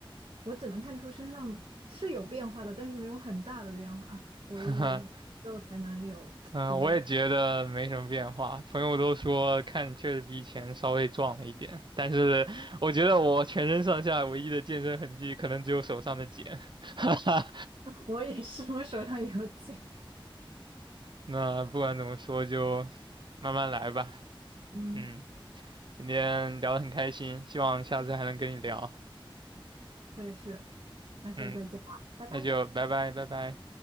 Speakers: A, on the right; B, on the right.
A: 我只能看出身上是有变化的，但是没有很大的变化。我我之后才能有比较，
B: <laughs> 嗯，我也觉得没什么变化。朋友都说看确实比以前稍微壮了一点，但是我觉得我全身上下唯一的健身痕迹可能只有手上的茧。<laughs> 哈哈，
A: <laughs> 我也是，我手上有茧。
B: 那不管怎么说，就慢慢来吧。
A: 嗯。
B: 嗯，今天聊得很开心，希望下次还能跟你聊。
A: 我也是。那下次再见吧，
B: 嗯，
A: 拜拜。
B: 那就拜拜，拜拜。